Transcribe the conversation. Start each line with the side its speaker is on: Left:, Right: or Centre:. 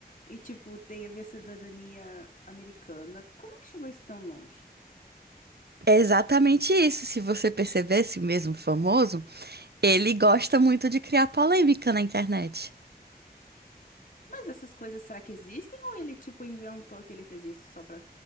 Left: e, tipo, tem a ver cidadania americana. Como é que chegou isso tão longe?
Right: é exatamente isso. Se você percebesse o mesmo famoso, ele gosta muito de criar polêmica na internet.
Left: Mas essas coisas, será que existem? Ou ele, tipo, inventou que ele fez isso só pra